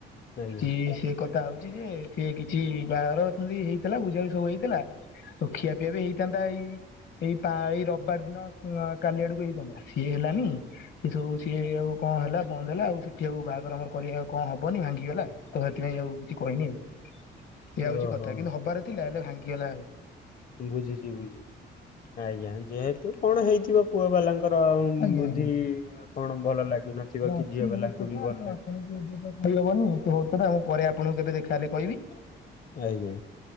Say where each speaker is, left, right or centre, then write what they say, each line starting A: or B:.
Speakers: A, on the left; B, on the left.
A: ଆଜ୍ଞା।
B: ଚି ସେ କଥା ହଉଛି ଯେ ସିଏ କିଛି ବାହାଘର ସେମିତି ହେଇଥିଲା ବୁଝାବି ସବୁ ହେଇଥିଲା। ଆଉ ଖିଆପିଆ ବି ହେଇଥାନ୍ତା ଏଇ ଏଇ ପା ଏଇ ରବିବାର ଦିନ କାଲି ଆଡ଼କୁ ହେଇଥାନ୍ତା ସିଏ ହେଲାନି। ସେ ସବୁ ସିଏ ଆଉ କଣ ହେଲା ବନ୍ଦ ହେଲା ଆଉ ସେଠି ଆଉ ବାହାଘର ଆମର କରିବା କଣ ହବନି ଭାଙ୍ଗିଗଲା। ତ ସେଥିପାଇଁ ଆଉ କିଛି କହିନି ଆଉ, ଏଇଆ ହଉଛି
A: ଓହୋ
B: କଥା କିନ୍ତୁ ହବାର ଥିଲା ହେଲେ ଭାଙ୍ଗିଗଲା ଆଉ।
A: ବୁଝୁଛି ବୁଝୁଛି, ଆଜ୍ଞା ଯେହେତୁ କଣ ହେଇଥିବ ପୁଅ ବାଲାଙ୍କ? ଙ୍କର ଆଉ
B: ଆଜ୍ଞା
A: ଭୁଜି
B: ଆଜ୍ଞା।
A: କଣ ଭଲ ଲାଗି ନଥିବ
B: ନା
A: କି
B: ଅଛି
A: ଝିଅ
B: ବହୁତ
A: ବାଲାଙ୍କୁ
B: କଥା
A: ବି ଭଲ
B: ତ
A: ଲାଗି
B: ଆପଣଙ୍କୁ ଏବେ ତ କହିହବନି ସେ ବହୁତ କଥା ମୁଁ ପରେ ଆପଣଙ୍କୁ କେବେ ଦେଖାହେଲେ କହିବି।
A: ଆଜ୍ଞା।